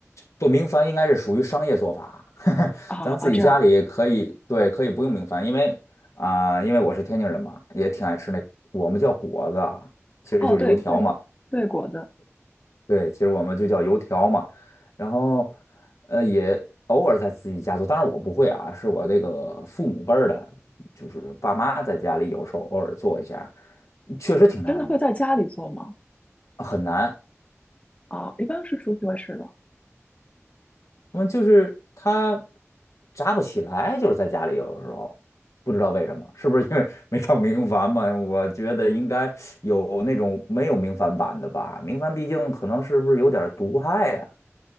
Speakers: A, on the left; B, on the left.
A: 不，明矾应该是属于商业做法，<laughs>
B: 啊啊，
A: 咱自己家里可以，
B: 这样。
A: 对，可以不用明矾，因为啊、因为我是天津人嘛，也挺爱吃那，我们叫果子啊其实就是油条嘛。
B: 哦，对对对，果子
A: 对，其实我们就叫油条嘛，然后呃也偶尔在自己家做，当然我不会啊，是我这个父母辈儿的，就是爸妈在家里有时候偶尔做一下，确实挺难的，
B: 真的会在家里做吗？
A: 很难。
B: 啊，一般是出去会吃的。
A: 嗯，就是它炸不起来，就是在家里有的时候不知道为什么，是不是因为 <laughs> 没放明矾嘛？我觉得应该有那种没有明矾版的吧，明矾毕竟可能是不是有点儿毒害呀、